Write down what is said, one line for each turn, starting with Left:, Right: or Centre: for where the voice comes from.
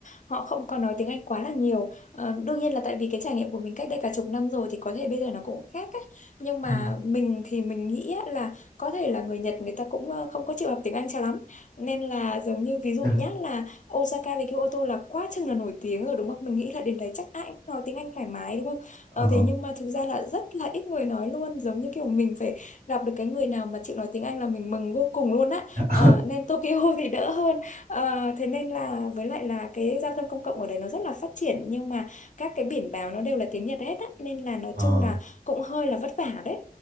Left: họ không có nói tiếng Anh quá là nhiều Ờ, đương nhiên là tại vì cái trải nghiệm của mình cách đây cả chục năm rồi thì có thể bây giờ nó cũng khác á nhưng
Right: Ừ.
Left: mà mình thì mình nghĩ á, là có thể là người Nhật người ta cũng ờ, không có chịu học tiếng Anh cho lắm nên là giống như ví dụ
Right: Dạ.
Left: nhá là Osaka với Kyoto là quá chừng là nổi tiếng rồi đúng không mình nghĩ là đến đấy chắc ai cũng nói tiếng Anh thoải mái đúng không Ờ,
Right: ờ
Left: thế nhưng mà thực ra là rất là ít người nói luôn giống như kiểu mình phải gặp được cái người nào mà chịu nói tiếng Anh là mình mừng vô cùng luôn á
Right: <laughs>
Left: Ờ, nên Tokyo <laughs> thì đỡ hơn Ờ, thế nên là với lại là cái giao thông công cộng ở đấy nó rất là phát triển nhưng mà các cái biển báo nó đều là tiếng Nhật hết á nên là nói
Right: ờ
Left: chung là cũng hơi là vất vả đấy